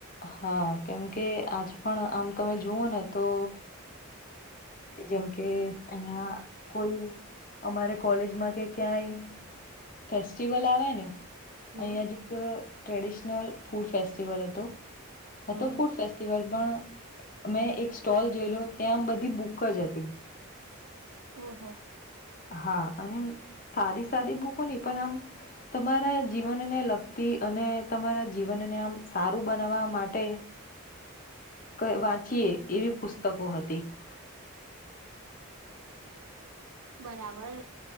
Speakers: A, on the left (about 40°); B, on the right (about 80°).
A: હા કેમકે આજ પણ આમ તમે જુઓને તો જેમ કે અહીંયા કોઈ અમારે કોલેજમાં કે ક્યાંય ફેસ્ટિવલ આવેને
B: હમ
A: અહીંયા જ એક ટ્રેડિશનલ ફૂડ ફેસ્ટિવલ હતો
B: હમ
A: હતો ફૂડ ફેસ્ટિવલ પણ મેં એક સ્ટોલ જોયલો ત્યાં આમ બધી બુક બુકજ હતી
B: ઓહો
A: હા અને સાદી સાદી બૂકો નહિ પણ આમ તમારા જીવનને લગતી અને તમારા જીવનને આમ સારું બનાવવા માટે કઇ વાંચીએ એવી પુસ્તકો હતી. હ <inaudible>
B: બરાબર.